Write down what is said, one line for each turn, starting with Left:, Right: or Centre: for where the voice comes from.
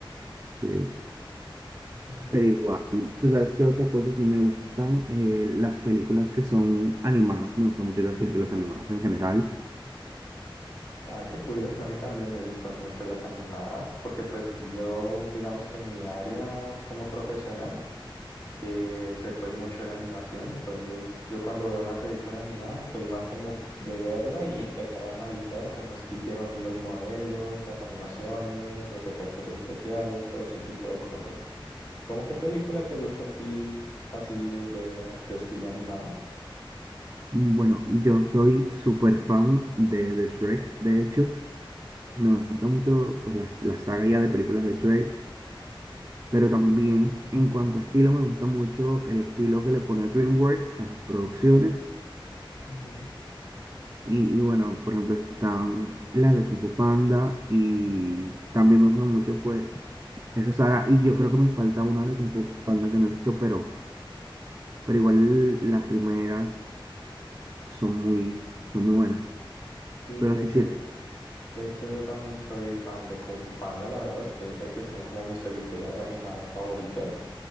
Right: Sí.
Left: Ujú.
Right: Pero igual, tú sabes que otra cosa sí me gustan eh, las películas que son animadas, me gustan mucho las películas animadas en general.
Left: Ah, qué curioso, a mí también me gustan mucho las animadas, porque pues yo, digamos que en mi área como profesional, eh, sé pues mucho de animación, entonces yo cuando veo una película animada soy más como de verla y empezar a analizar cómo es que hicieron los modelos, las animaciones, los efectos especiales, todo ese tipo de cosas. ¿Cómo qué película te gusta a ti así de, de estilo animado?
Right: Bueno, yo soy súper fan de, de Shrek, de hecho, me gusta mucho pues, la, la saga ya de películas de Shrek, Pero también en cuanto a estilo, me gusta mucho el estilo que le pone DreamWorks a sus producciones.
Left: Ujú.
Right: Y, y bueno, por ejemplo, están las de Kung Fu Panda y también me gusta mucho pues esa saga. Y yo creo que me falta una de Kung Fu Panda que no he visto, pero, pero igual las primeras son muy, son muy buenas.
Left: Y
Right: Pero
Left: de
Right: sí,
Left: hecho
Right: sí,
Left: yo De hecho, yo también soy fan de Kung Fu Panda, la verdad. Yo diría que son como mis películas animadas favoritas.